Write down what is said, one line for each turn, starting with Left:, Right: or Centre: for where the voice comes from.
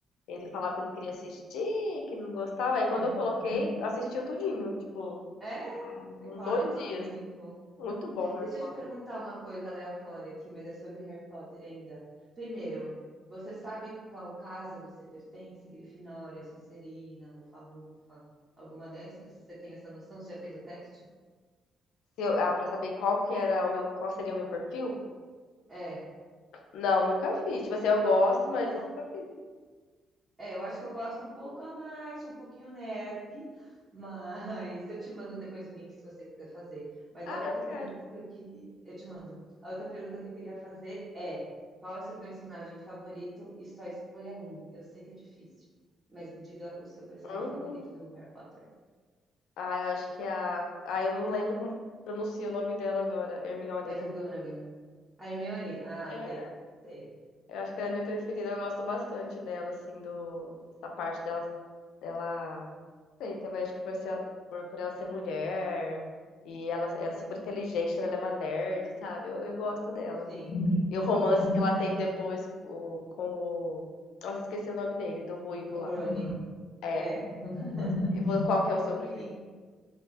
Left: ele falava que não queria assistir, que não gostava. Aí quando
Right: Uhum.
Left: eu coloquei, assistiu tudinho, tipo,
Right: É,
Left: em
Right: é claro
Left: dois
Right: que sim,
Left: dias.
Right: é muito bom.
Left: Muito bom, Harry
Right: Deixa
Left: Potter.
Right: eu te perguntar uma coisa aleatória aqui, mas é sobre Harry Potter ainda. Primeiro, você sabe qual casa você pertence? Grifinória, Sonserina, Lufa-Lufa, alguma dessas? Você tem essa noção? Você já fez o teste?
Left: Se eu, ah, pra saber qual que era o meu, qual seria o meu perfil?
Right: É.
Left: Não, nunca fiz. Tipo assim, eu gosto,
Right: Depois,
Left: mas eu nunca fiz.
Right: É, eu acho que eu gosto um pouco a mais, um pouquinho nerd, <laughs> mas eu te mando depois o link se você quiser fazer. Mas
Left: Ah,
Right: a outra
Left: eu quero.
Right: pergunta que eu queria, eu te mando. A outra pergunta que eu queria fazer é: qual é o seu personagem favorito e só escolha um? Eu sei que é difícil, mas me diga o seu personagem
Left: Hum.
Right: favorito do Harry Potter.
Left: Ah, eu acho que é a. Ah, eu não lembro como pronuncia o nome dela agora. Hermione,
Right: McGonagall.
Left: né?
Right: A Hermione? Ah,
Left: É.
Right: T. T.
Left: Eu acho que ela é minha preferida. Eu gosto bastante dela, assim, do... essa parte dela. Dela. Não sei, também acho que por, ser, por, por ela ser mulher. E ela é super inteligente, também ela é uma nerd, sabe? Eu, eu gosto dela.
Right: Sim.
Left: E o romance
Right: É.
Left: que ela tem depois o, com o. Nossa, esqueci o nome dele, do Ruivo
Right: Com
Left: lá.
Right: o Rony.
Left: É.
Right: É.
Left: eu
Right: com- <laughs>
Left: gosto. E vo- qual que é o seu
Right: Sim.
Left: preferido?